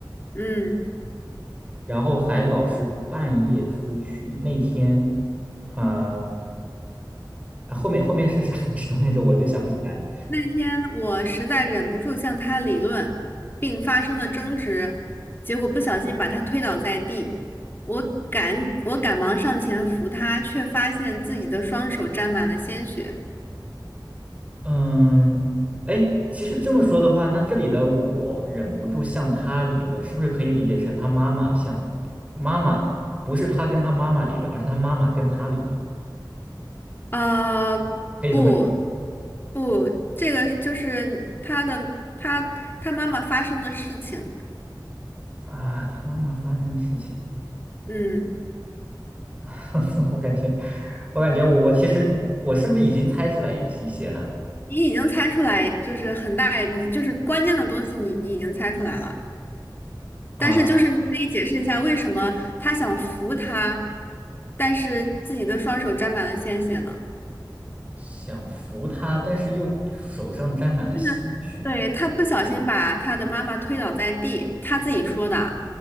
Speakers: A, on the left (about 30°); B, on the right (about 15°).
A: 嗯。
B: 然后还老是半夜出去，那天，嗯、后面后面是啥 <laughs> 啥来着 <laughs>？我就想不起来了。
A: 那天我实在忍不住向他理论，并发生了争执，结果不小心把他推倒在地。我赶我赶忙上前扶他，却发现自己的双手沾满了鲜血。
B: 嗯，哎，其实这么说的话，那这里的我忍不住向他理论，是不是可以理解成他妈妈向妈妈，不是他跟他妈妈理论，而是他妈妈跟他理论，
A: 呃，
B: 可以这么理解
A: 不，不，这个就是他的他他妈妈发生的事情。
B: 啊？他妈妈发生的事情，
A: 嗯，
B: <laughs> 我感觉，我感觉我我其实我是不是已经猜出来一些一些了
A: 你已经猜出来，就是很大一部分，就是关键的东西，你已经猜出来了。
B: 啊？
A: 但是就是你可以解释一下，为什么他想扶他，但是自己的双手沾满了鲜血呢？
B: 想扶他，但是又手上沾满了鲜血。
A: 就是对，他不小心把他的妈妈推倒在地，他自己说的啊，